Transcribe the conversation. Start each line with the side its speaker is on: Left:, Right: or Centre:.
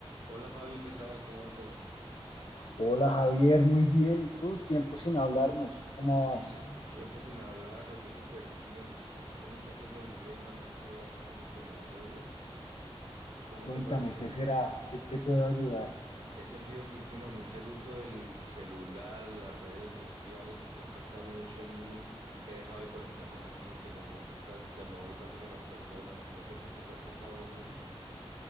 Right: Hola Fabio, ¿qué tal? ¿Cómo va todo?
Left: Hola Javier, muy bien. ¿Y tú? Tiempo sin hablarnos. ¿Cómo
Right: Sí,
Left: vas?
Right: tiempo sin hablarnos, yo súper bien, aquí con un pequeño dilema, no sé, algo como que me agobia. ¿Cómo
Left: Cuéntame,
Right: te parece?
Left: ¿qué será? ¿Qué te puedo ayudar?
Right: He sentido que últimamente el uso del celular, las redes sociales está impactando mucho en mí. He dejado de conectar con la gente, ya no uso, ca- ya no hablo casi con las personas. ¿No sientes que te ha pasado lo mismo?